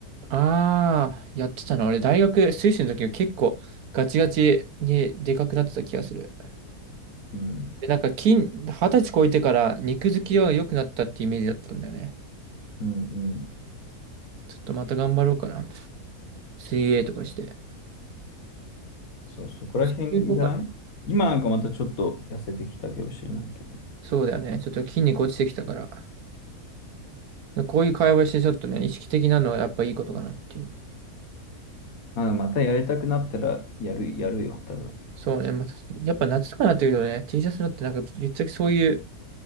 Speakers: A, on the right (about 75°); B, on the left (about 65°).
A: あー、やってたの。俺、大学、水星の時は結構ガチガチにでかくなってた気がする。
B: うん。
A: で、なんか筋、二十歳超えてから肉付きは良くなったってイメージだったんだよね。
B: うんうん。
A: ちょっとまた頑張ろうかな。水泳とかして。
B: そう、そこら辺じゃない今なんかまたちょっと痩せてきたかもしれないけど。
A: 水泳の方かなそうだよね。ちょっと筋肉落ちてきたから。で、こういう会話してちょっとね、意識的なのはやっぱいいことかなっていう。
B: まあ、またやりたくなったらやる、やるよ、多分。
A: そうね、まあ、やっぱ夏とかになってくるとね、T シャツだってなんか、ぶっちゃけそういう